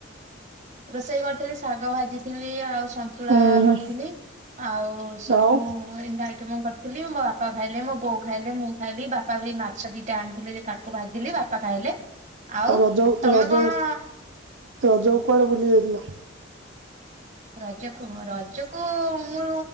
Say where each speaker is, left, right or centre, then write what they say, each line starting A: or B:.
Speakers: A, on the right (about 35°); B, on the right (about 70°).
A: ରୋଷେଇ କରିଥିଲି ଶାଗ ଭାଜିଥିଲି ଆଉ ସନ୍ତୁଳା
B: ହୁଁ ହୁଁ।
A: କରି ଥିଲି ଆଉ ସବୁ
B: ଆଉ
A: ତିନିଟା ଆଇଟମ କରିଥିଲି ମୋ ବାପା ଖାଇଲେ, ମୋ ବୋଉ ଖାଇଲେ, ମୁଁ ଖାଇଲି, ବାପା ବି ମାଛ ଦିଟା ଆଣିଥିଲେ ଯେ କା କୁ ଭାଜିଲି ବାପା ଖାଇଲେ, ଆଉ
B: ରଜ
A: ତମେ
B: ରଜ
A: କଣ
B: ରଜକୁ କୁଆଡେ ବୁଲି ଯାଇଥିଲା?
A: ରଜକୁ ହଁ ରଜକୁ ମୁଁ